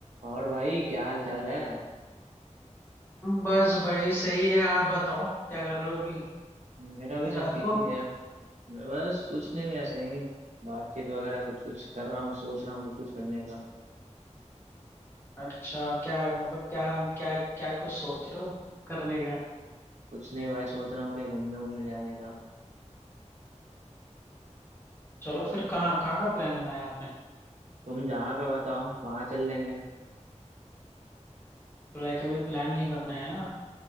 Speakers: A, on the right; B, on the left.
A: और भाई क्या हाल चाल है
B: बस भाई सही है आप बताओ क्या कर रहे हो अभी इतनी
A: मेरा भी सब
B: रात
A: ठीक
B: को
A: ही है बस कुछ नहीं ऐसे ही बातचीत वगैरह कुछ कुछ कर रहा हूँ सोच रहा हूँ कुछ कुछ करने का
B: अच्छा क्या मतलब क्या क्या क्या कुछ सोच रहे हो करने का
A: कुछ नहीं भाई सोच रहा हूँ कहीं घूमने घूमने जाने का
B: चलो फिर कहाँ कहाँ का प्लान बनाया आपने
A: तुम जहाँ का बताओ वहाँ चल लेंगे
B: तो लाइक अभी प्लान नहीं बनाया ना